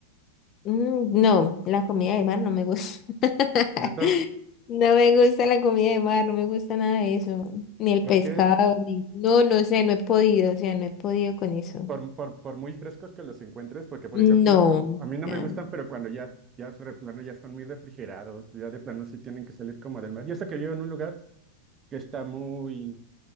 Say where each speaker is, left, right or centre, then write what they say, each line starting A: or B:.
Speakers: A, on the left (about 35°); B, on the right (about 25°).
A: Mm, no, la comida de mar no me gusta. <laughs>
B: ¿Cierto?
A: No me gusta la comida de mar, no me gusta nada de eso. Ni el
B: Porque
A: pescado, ni... No, no sé, no he podido, o sea, no he podido con eso.
B: por, por, por muy frescos que los encuentres, porque por
A: No,
B: ejemplo,
A: o
B: a mí no
A: sea,
B: me gustan, pero cuando ya, ya de plano ya están muy refrigerados, ya de plano sí tienen que salir como del mar. Y eso que vivo en un lugar que está muy,